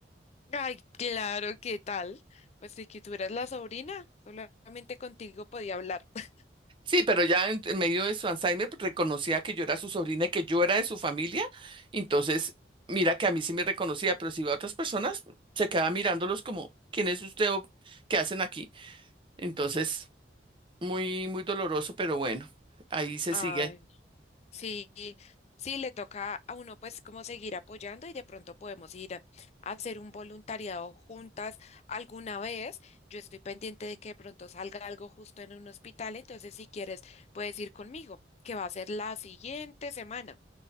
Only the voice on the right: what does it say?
Sí, pero ya en, en medio de su Alzheimer pues, reconocía que yo era su sobrina y que yo era de su familia. Entonces, mira que a mí sí me reconocía, pero si iba a otras personas, se quedaba mirándolos como, ¿quién es usted o qué hacen aquí? Entonces, muy, muy doloroso, pero bueno, ahí se
sigue.